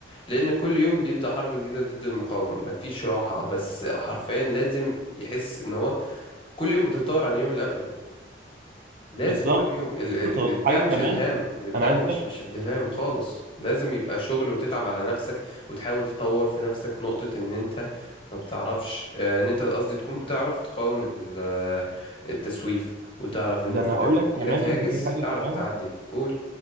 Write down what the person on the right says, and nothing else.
بالظبط
حاجة
كمان
أنا عايز
أقول لك
ده
أنا هقول
لك
كمان
إن في حاجة
كمان